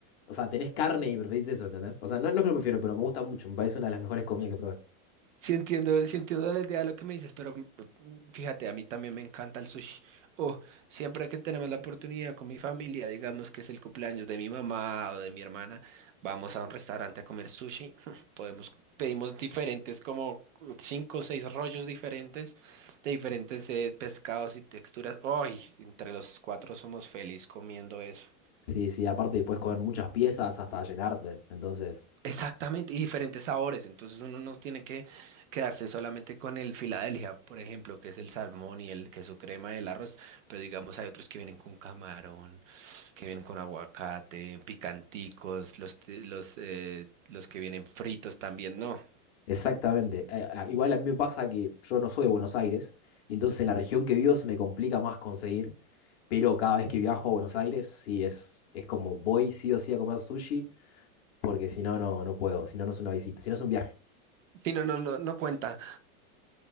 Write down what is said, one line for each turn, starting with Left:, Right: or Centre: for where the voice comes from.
Left: O sea, tenés carne y preferís eso, ¿entendés? O sea, no, no es que lo prefiero, pero me gusta mucho. Me parece una de las mejores comidas que probé.
Right: Sí entiendo, sí entiendo la idea de lo que me dices, pero mm, mm, fíjate, a mí también me encanta el sushi. Oh, siempre que tenemos la oportunidad con mi familia, digamos que es el cumpleaños de mi mamá o de mi hermana, vamos a un restaurante a comer sushi. <laughs> Podemos, pedimos diferentes, como uh, cinco o seis rollos diferentes, de diferentes eh, pescados y texturas. Ay, entre los cuatro somos felices comiendo eso.
Left: Sí, sí, aparte puedes comer muchas piezas hasta llenarte. Entonces,
Right: Exactamente, y diferentes sabores. Entonces uno no tiene que quedarse solamente con el Filadelfia, por ejemplo, que es el salmón y el queso crema y el arroz, pero digamos hay otros que vienen con camarón, que vienen con aguacate, picanticos, los, t- los, eh, los que vienen fritos también, no.
Left: exactamente. Eh, ah, igual a mí me pasa que yo no soy de Buenos Aires, y entonces en la región que vivo se me complica más conseguir. Pero cada vez que viajo a Buenos Aires, sí es, es como voy sí o sí a comer sushi, porque si no, no, no puedo. Si no, no es una visita, si no es un viaje.
Right: Sí, no, no, no, no cuenta.